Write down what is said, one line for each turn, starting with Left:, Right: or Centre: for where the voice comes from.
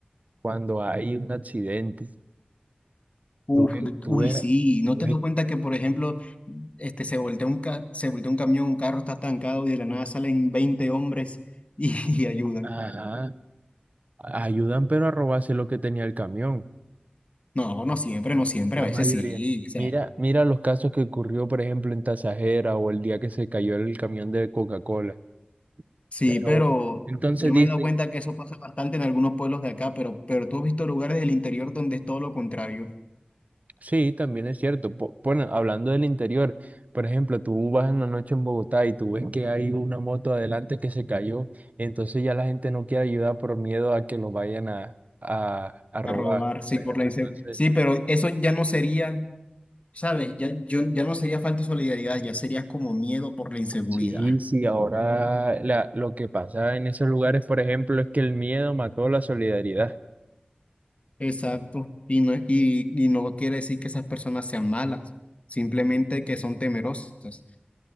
Right: Cuando hay un accidente.
Left: Uf,
Right: Tú ves,
Left: de-
Right: tú
Left: uy,
Right: ves-
Left: sí, ¿no
Right: tú
Left: te
Right: ves
Left: das cuenta que, por ejemplo, este, se voltea un ca- se voltea un camión, un carro está estancado y de la nada salen 20 hombres y, <laughs> y ayudan?
Right: Ajá, ayudan pero a robarse lo que tenía el camión,
Left: No, no siempre, no siempre,
Right: la
Left: a veces
Right: mayoría.
Left: sí, o sea,
Right: Mira, mira los casos que ocurrió, por ejemplo, en Tasajera o el día que se cayó el camión de Coca-Cola.
Left: sí,
Right: Pero
Left: pero
Right: entonces
Left: yo
Right: dice,
Left: me he dado cuenta que eso pasa bastante en algunos pueblos de acá, pero, pero tú has visto lugares del interior donde es todo lo contrario,
Right: sí, también es cierto. Po- Bueno, hablando del interior, por ejemplo, tú vas en la noche en Bogotá y tú ves que hay una moto adelante que se cayó, entonces ya la gente no quiere ayudar por miedo a que lo vayan a, a, a robar,
Left: a robar, sí,
Right: por ejemplo.
Left: por la inse-
Right: Entonces
Left: Sí, pero eso ya no sería, ¿sabes? Ya, yo, ya no sería falta de solidaridad, ya sería como miedo por la inseguridad.
Right: Sí, sí, ahora la- lo que pasa en esos lugares, por ejemplo, es que el miedo mató la solidaridad.
Left: Exacto. Y no, y, y no quiere decir que esas personas sean malas, simplemente que son temerosas.